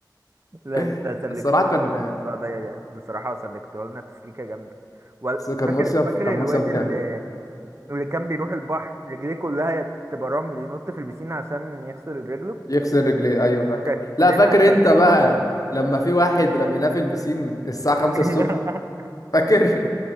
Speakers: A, on the right (about 40°); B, on the left (about 50°).
A: لا انت
B: <laughs>
A: سلكت
B: الصراحة
A: لنا
B: كان
A: الموضوع ده بصراحه سلكته لنا تسليكه جامده ولا
B: كان
A: فاكر
B: مصيف
A: فاكر
B: كان
A: الواد
B: مصيف جامد
A: اللي, اللي كان بيروح البحر رجليه كلها تبقى رمل ينط في البسين عشان يغسل رجله
B: يكسر رجليه ايوه فاكر
A: شكلنا
B: لا فاكر
A: كان
B: انت بقى
A: قذر
B: لما في واحد رميناه في البسين الساعة 5
A: <laughs>
B: الصبح فاكر